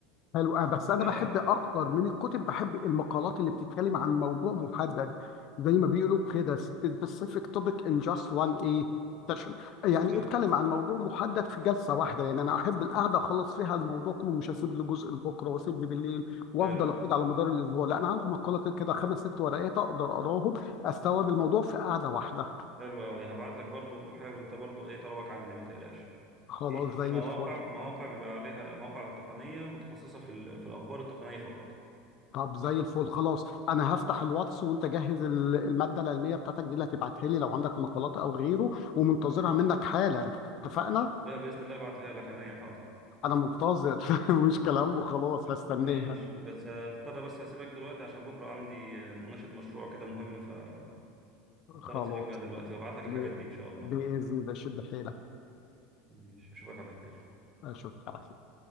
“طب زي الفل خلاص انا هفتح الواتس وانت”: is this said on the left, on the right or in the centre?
Left